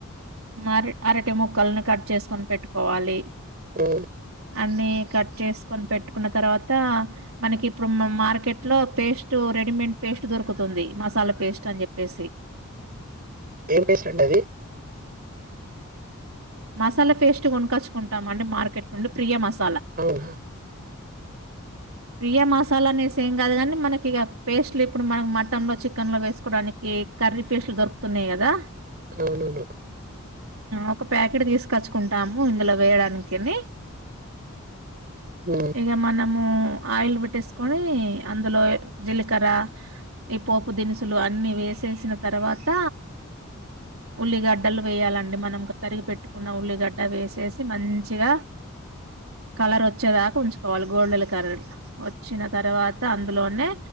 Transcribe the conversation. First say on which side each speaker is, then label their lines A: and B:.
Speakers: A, on the right; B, on the right.
A: మరి అరటి ముక్కల్ని కట్ చేసుకొని పెట్టుకోవాలి
B: ఓ
A: అన్నీ కట్ చేసుకొని పెట్టుకున్న తర్వాత మనకి ఇప్పుడు మార్కెట్లో పేస్ట్ రెడీమేడ్ పేస్ట్ దొరుకుతుంది మసాలా పేస్ట్ అని చెప్పేసి
B: ఏం పేస్ట్ ఉంటది
A: మసాలా పేస్ట్ కొన్కొచ్చుకుంటాం అండి మార్కెట్ నుండి ప్రి మాస్
B: అవున
A: ప్రియా మసాలానే సేమ్ కాదు కానీ మనకి ఇక పేస్ట్లు ఇప్పుడు మనం మటన్ లో చికెన్ లో వేసుకోవడానికి కర్రీ పేస్ట్లు దొరుకుతున్నాయి కదా
B: అవునౌను
A: ఒక ప్యాకెట్ తీసుకొచ్చుకుంటాము ఇందులో వేయడానికిని
B: ఉమ్
A: ఎగ మనం మూ ఆయిల్ పెట్టేసుకొని అందులో జీలకర్ర ఈ పోపు దినుసులు అన్ని వేసేసిన తర్వాత ఉల్లిగడ్డలు వేయాలండి మనం తరిగి పెట్టుకున్న ఉల్లిగడ్డ వేసేసి మంచిగా కలర్ ఒచ్చేదాకా ఉంచుకోవాలి గోల్డెన్ కలర్ ఒచ్చిన తర్వాత అందులోనే